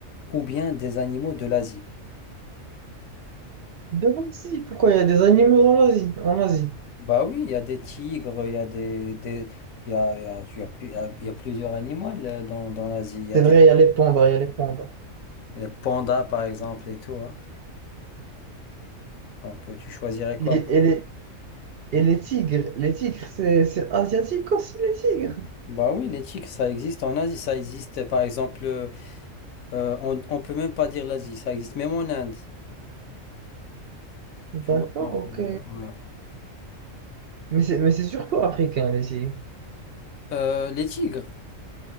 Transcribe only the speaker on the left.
ou bien des animaux de l'Asie?
Bah oui, il y a des tigres, il y a des, des- il y a, il y a, il y a pu- il y a- il y a plusieurs animaux là, dans, dans l'Asie. Il y a
des
les pandas par exemple et tout. hein. Donc euh, tu choisirais quoi?
Bah oui, les tiques, ça existe en Asie, ça existe par exemple, euh, on, on peut même pas dire l'Asie, ça existe même en Inde,
tu vois. Donc,
euh, ouais.
Euh, les tigres,